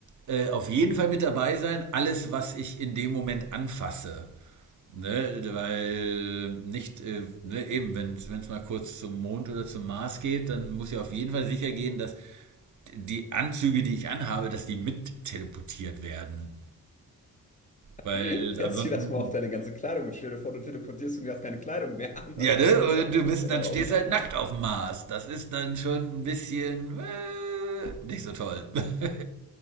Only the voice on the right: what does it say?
äh, auf jeden Fall mit dabei sein, alles, was ich in dem Moment anfasse. Ne, weil nicht, äh, ne, eben, wenn es mal kurz zum Mond oder zum Mars geht, dann muss ja auf jeden Fall sicher gehen, dass die Anzüge, die ich anhabe, dass die mit teleportiert werden. Weil
ansonsten
Ja,
ne?
Und du
bist,
dann
stehst
halt nackt auf dem Mars. Das ist dann schon ein bisschen äh, nicht so toll. <laughs>